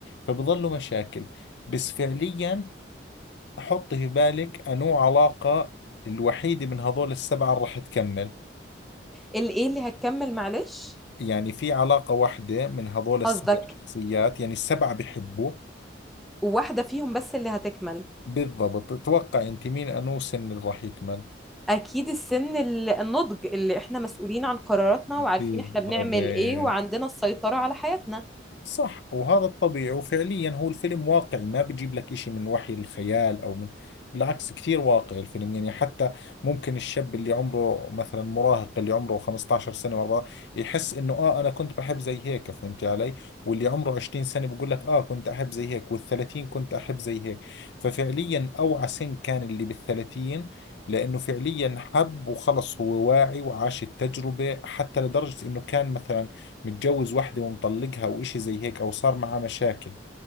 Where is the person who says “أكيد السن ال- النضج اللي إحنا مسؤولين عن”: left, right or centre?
Centre